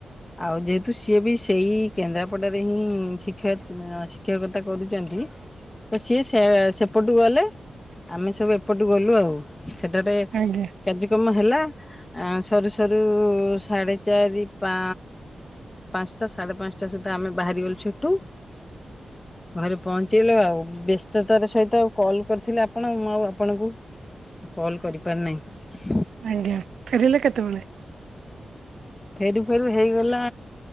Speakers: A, on the left; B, on the right.
A: ଆଉ ଯେହେତୁ ସିଏ ବି ସେଇ କେନ୍ଦ୍ରାପଡ଼ାରେ ହିଁ ଶିକ୍ଷ ଉଁ କ୍ଷୟ କଥା କରୁଛନ୍ତି। ତ ସିଏ ସେ ସେପଟୁ ଗଲେ ଆମେ ସବୁ ଏପଟୁ ଗଲୁ ଆଉ ସେଠାରେ
B: ଆଜ୍ଞା
A: କାର୍ଯ୍ୟକ୍ରମ ହେଲା ସରୁ ସରୁ ସାଢ଼େ ଚାରି ପା ପାଞ୍ଚଟା ସାଢ଼େ ପାଞ୍ଚଟା ସୁଦ୍ଧା ଆମେ ବାହାରିଗଲୁ ସେଠୁ। ଘରେ ପହଞ୍ଚେଇଲେ ଆଉ ବ୍ୟସ୍ତ ତ ତାର ସହିତ ଆଉ କଲ୍ କରିଥିଲେ ଆପଣ ମୁଁ ଆଉ ଆପଣଙ୍କୁ କଲ୍ କରିପାରିନାହିଁ। ହ
B: ଆଜ୍ଞା ଫେରିଲେ କେତେବେଳେ?
A: ଫେରୁ ଫେରୁ ହେଇଗଲା